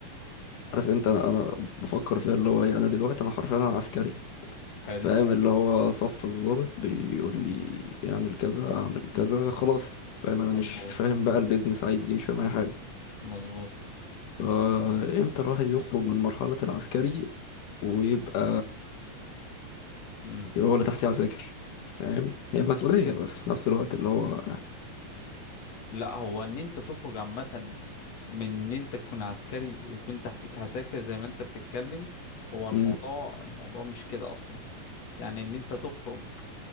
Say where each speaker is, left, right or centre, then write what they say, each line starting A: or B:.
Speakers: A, on the left (about 70°); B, on the left (about 50°).
A: عارف أنت أنا, أنا بفكر فيها اللي هو إيه، أنا دلوقتي أنا حرفيا أنا عسكري
B: حلو
A: فاهم اللي هو صف الضابط بيقول لي اعمل كذا اعمل كذا
B: امم
A: خلاص فاهم أنا
B: مظبوط
A: مش فاهم بقى البيزنس عايز إيه مش فاهم أي حاجة
B: مظبوط
A: فإمتى الواحد يخرج من مرحلة العسكري ويبقى
B: مم.
A: يبقى هو اللي تحتيه عساكر فاهم هي مسؤولية بس في نفس الوقت اللي هو
B: لا هو ان انت تخرج عامة من ان انت تكون عسكري ويكون تحتك عساكر زي ما انت بتتكلم هو الموضوع
A: مم.
B: الموضوع مش كده اصلا يعني ان انت تخرج